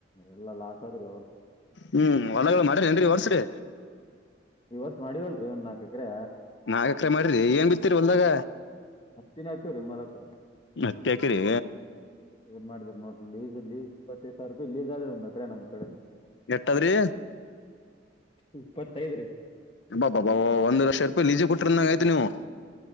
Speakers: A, on the left; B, on the left.
A: ಎಲ್ಲಾ ಲಾಸ್ಟ್ ಸದರಿ ಅವ್ರ
B: ಹ್ಮ್ ಹೊಲಗ ಮಾಡ್ರಿ ಅನ್ರಿ ಹೊರ್ಸ್ರಿ
A: ಈ ವರ್ಷ ಮಾಡಿವವಲ್ರಿ ಒಂದ್ ನಾಲ್ಕ್ರೆ
B: ನಾಾಗ ಎಕರೆ ಮಾಡ್ರಿ ಏನ್ ಬಿಿರಿ ಹೊಲ್ದಾಗ
A: ಹತ್ತಿನ ಹಾಕವ್ರೀ ಮಾಲ್ಕ್ರ
B: ಹತ್ತಿ ಹಾಕಿರಿ
A: ಏನ್ ಮಾಡಿದ್ರ ನೋಡಿ ಲೀಸ್ ಲೀಸ್ ಇಪ್ಪೈದು ಸಾವಿ ರೂಪಾಯಿಲ್ಲಿಸ್್ ಆದದೆ ಒಂದ ಅ್ರಡೆ ನಮ್ಮ ಕಡೆ
B: ಎಟ್ಟದ್ರಿ
A: ಇಪ್ಪತ್ತೈದ್ರೀ
B: ಹಾ ಬಾ ಒಂದು ಲಕ್ಷ ರೂಪಾಯಿ ಲಜ ಕೊಟ್ಟ್ರಂದಂಗ ಆ್ತು ನೀವು